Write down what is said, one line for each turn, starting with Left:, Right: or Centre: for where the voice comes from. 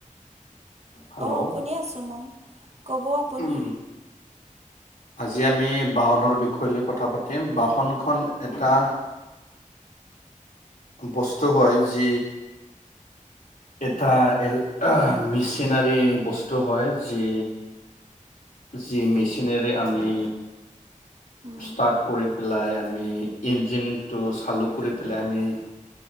Left: হেল্ল'
Right: অঁ শুনি আছোঁ মই। ক'ব আপুনি?
Left: উম আজি আমি বাহনৰ বিষয় লৈ কথা পাতিম। বাহনখন এটা বস্তু হয় যি এটা এল মেচিনাৰী বস্তু হয় যি, যি মেচিনেৰেী আমি
Right: উম,
Left: ষ্টাৰ্ট কৰি পেলাই আমি, ইঞ্জিনটো চালু কৰি পেলাই আমি